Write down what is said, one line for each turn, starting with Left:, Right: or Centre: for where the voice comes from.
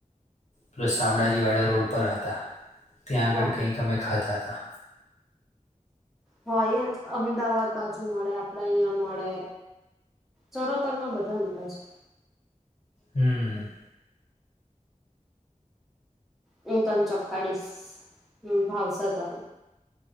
Left: પહેલા શામળાજી વાળા રોડ પર હતા ત્યાં આગળ
Centre: હ હ
Left: કંઈક અમે ખાતા હતા.
Centre: હોય જ અમદાવાદ બાજુ મળે આપડા અહિયાં મળે ચરોતર માં બધા મળે છે
Left: હમ
Centre: હું તને ચોખાડીશ હમ ભાવસ તને